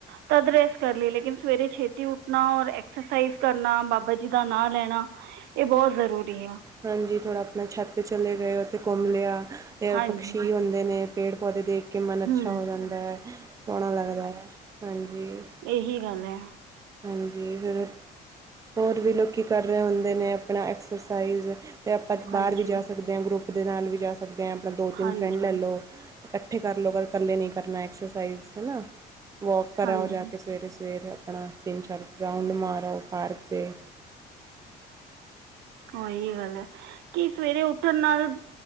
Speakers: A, on the right; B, on the right.
A: ਤਦ ਰੈਸਟ ਕਰ ਲਈ। ਲੇਕਿਨ ਸਵੇਰੇ ਛੇਤੀ ਉੱਠਣਾ, ਔਰ ਐਕਸਰਸਾਈਜ਼ ਕਰਨਾ, ਬਾਬਾ ਜੀ ਦਾ ਨਾਂ ਲੈਣਾ। ਏ ਬੋ ਜ਼ਰੂਰੀ ਆ।
B: ਹਾਂਜੀ ਥੋੜ੍ਹਾ ਆਪਣਾ ਛੱਤ ਤੇ ਚਲੇ ਗਏ। ਓਥੇ ਘੁੰਮ ਲਿਆ ਤੇ
A: ਹਾਂਜੀ
B: ਪਕਸ਼ੀ ਹੁੰਦ- ਦੇ ਨੇ। ਪੇੜ ਪੌਦੇ ਦੇਖ ਕੇ ਮਨ ਅੱਛਾ
A: ਹੂੰ
B: ਹੋ ਜਾਂਦਾ ਐ। ਸੋਹਣਾ ਲੱਗਦਾ ਹੈ ਹਾਂਜੀ।
A: ਏਹੀ ਗੱਲ ਐ।
B: ਹਾਂਜੀ ਫੇਰ ਹੋਰ ਵੀ ਲੋਕੀ ਕਰ ਰ‌ਏ ਹੁੰਦੇ ਨੇ ਆਪਣਾ ਐਕਸਰਸਾਈਜ਼। ਤੇ ਆਪਾਂ ਬਾਰ
A: ਹਾਂਜੀ
B: ਵੀ ਜਾ ਸਕਦੇ ਆਂ। ਗਰੁੱਪ ਦੇ ਨਾਲ ਵੀ ਜਾ ਸਕਦੇ ਆਂ। ਆਪਣਾ ਦੋ ਤਿੰਨ
A: ਹਾਂਜੀ
B: ਫਰੈਂਡ ਲੈ ਲੋ। ਕੱਠੇ ਕਰ ਲੋ ਅਗਰ ਕੱਲੇ ਨਈ ਕਰਨਾ ਐਕਸਰਸਾਈਜ਼। ਹਨਾ ਵੋਕ ਕਰ
A: ਹਾਂਜੀ
B: ਆਓ ਜਾ ਕੇ। ਸਵੇਰੇ-ਸਵੇਰੇ ਆਪਣਾ ਤਿੰਨ ਚਾਰ ਰਾਊਂਡ ਮਾਰਓ ਪਾਰਕ 'ਤੇ।
A: ਹੋ ਏਹੀ ਗੱਲ ਐ। ਕੀ ਸਵੇਰੇ ਉੱਠਣ ਨਾਲ